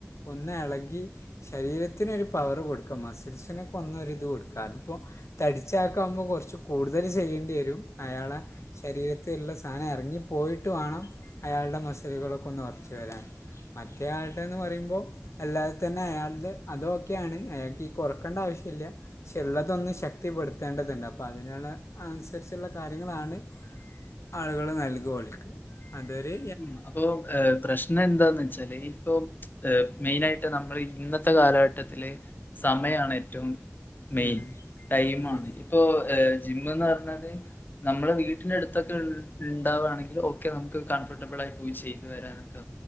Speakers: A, on the left; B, on the left.
A: ഒന്നെളകി ശരീരത്തിന് ഒരു പവർ കൊടുക്കുക, മസിൽസിനൊക്കെ ഒന്നൊരിത് കൊടുക്കാ. അതിപ്പോ തടിച്ചാക്കാവുമ്പൊ കൊർച്ച് കൂടുതല് ചെയ്യണ്ടി വരും, അയാളെ ശരീരത്തിള്ള സാനം എർങ്ങി പോയിട്ട് വാണം, അയാളുടെ മസിലുകളൊക്കെ ഒന്ന് ഒർച്ച് വരാൻ മറ്റേ ആൾടെന്ന് പറയുമ്പോ അല്ലാതെ തന്നെ അയാൾത് അത് ഓക്കെയാണ് അയാൾക്കീ കൊറക്കണ്ടാവിശ്യല്ല്യ. പക്ഷേ ഇള്ളതൊന്ന് ശക്തിപ്പെടുത്തേണ്ടതുണ്ട് അപ്പതിനുള്ള അൻസര്ച്ചുള്ള കാര്യങ്ങളാണ് ആളുകള് നൽക ഓൽക്ക്. അതൊര്
B: ഉം അപ്പോ ഏഹ് പ്രശ് നന്താന്ന് വെച്ചാല് ഇപ്പോ മെയ്നായിട്ട് നമ്മള് ഇന്നത്തെ കാലഘട്ടത്തില് സമയാണ് ഏറ്റവും മൈൻ
A: ഉം.
B: ടൈമാണ്
A: ഉം.
B: ഇപ്പോ ജിമ്മ്ന്ന് പർഞ്ഞാൽ നമ്മളെ വീട്ടിനടു- ത്തൊക്കെ ഇണ്ടാവാണെങ്കില് ഓക്കെ നമുക്ക് കംഫർട്ടബിളായി പോയി ചെയ്ത് വരാനൊക്കെ